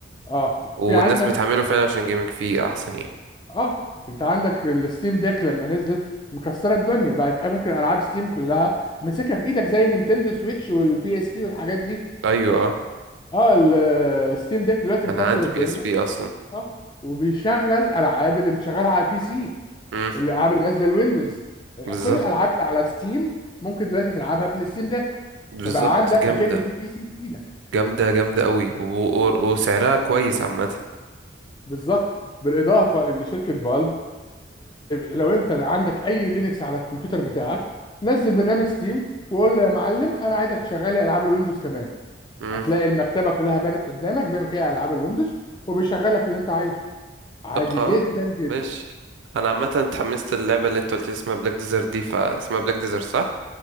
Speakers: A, on the left; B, on the right.
A: اه
B: والناس
A: في عندك
B: بتحمله فعلا عشان جيمنج فيه احسن يعني
A: اه انت عندك الستيم ديك لما نزلت مكسره الدنيا بقت ممكن العاب ستيم كلها ماسكها في ايدك زي النينتندو سويتش والبي اس بي والحاجات دي
B: ايوه اه
A: اه الستيم ديك دلوقتي
B: انا
A: مكسر
B: عندي
A: الدنيا
B: بي اس بي اصلا
A: اه وبيشغل العاب اللي بتشغلها على البي سي
B: امم
A: الالعاب اللي نازله الويندوز
B: بالظبط
A: كل الالعاب اللي على ستيم ممكن دلوقتي تلعبها في الستيم ديك
B: بالظبط
A: فبقى عندك
B: جامده
A: اكن في بي سي في ايدك
B: جامده جامده قوي و- و- وسعرها كويس عامه
A: بالظبط بالاضافه ان شركه فالف لو انت عندك اي لينكس على الكمبيوتر بتاعك نزل برنامج ستيم وقول له يا معلم انا عايزك تشغل لي العاب الويندوز كمان
B: امم
A: هتلاقي المكتبه كلها بانت قدامك بما فيها العاب الويندوز وبيشغل لك اللي انت عايزه عادي
B: طب خلاص
A: جدا جدا
B: ماشي انا عامه اتحمست اللعبه اللي انت قلت لي اسمها بلاك ديزر دي فاسمها بلاك ديزر صح